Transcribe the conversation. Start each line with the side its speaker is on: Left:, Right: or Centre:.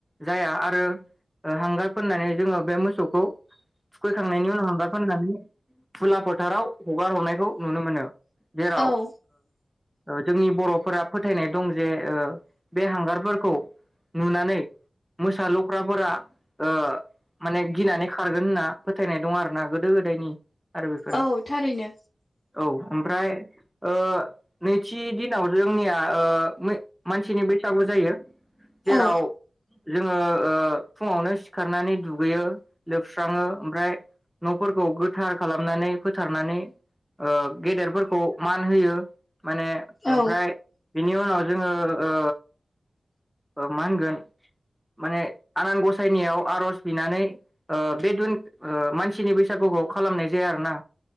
Centre: जाया आरो ओ हांगार फोननानै जोङो बे मोसौखौ थुखैखांनायनि उनाव हांगार फोननानै खुला फोथाराव हगार हरनायखौ नुनो मोनो । जेराव
Left: औ
Centre: ओ ओ जोंनि बर'फोरा फोथायनाय दं जे ओ बे हांगारफोरखौ नुनानै मोसा लख्राफोरा ओ माने गिनानै खारगोन होनना फोथायनाय दं आरोना गोदो गोदायनि आरो बेफोरो
Left: औ थारैनो
Centre: औ । ओमफ्राय ओ नैथि दिनाव जोंनिया ओ मै मानसिनि बैसागु जायो । जेराव
Left: औ
Centre: जोङो ओ फुङावनो सिखारनानै दुगैयो लोबस्राङो ओमफ्राय न'फोरखौ गो थार खालामनानै फोथारनानै ओ गेदेरफोरखौ मान होयो । माने
Left: औ
Centre: ओमफ्राय बिनि उनाव जोङो ओ ओ मा होनगोन माने आनान गसाइनियाव आर'ज बिनानै ओ बे दिन ओ मानसिनि बैसागुखौ खालामनाय जायो आरो ना